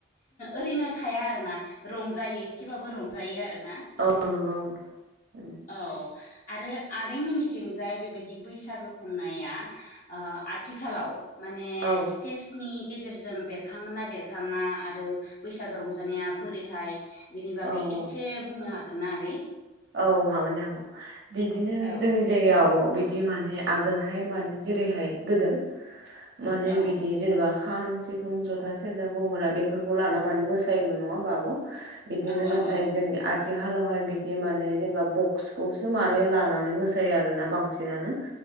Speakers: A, on the left; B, on the right.
A: ओरैनो थाया आरोना रंजायो एदसेबाबो रंजायो आरोना।
B: औ नंगौ आब' नंगौ उम।
A: औ आरो आगैमोननिथिंजाय बेबायदि बैसागो खुंनाया। ओ आथिखालाव माने
B: औ
A: स्टेजनि गेजेरजों बेरखाङोना बेरखाङा आरो। बैसागो रंजानाया बोरैहाय बेनि बागै
B: औ
A: एसे
B: औ
A: बुंनो हागोनना आगै?
B: औ हागोन दे आब' बिदिनो
A: औ
B: जोंनि
A: दे
B: जायगायाव आब' बिदि माने आगोलहाय माने जेरैहाय गोदो माने
A: औ
B: बिदि जेनेबा खाम सिफुं जथा सेरजा गंगोना बेफोरखौ लाना माने मोसायोमोन नङा होमब आब' बिदिनो
A: औ औ
B: नाथाय जों आथिखालावहाय बि बिदि माने जेनेबा बक्सखौसो माने लानानै मोसायो आरोना बांसिनानो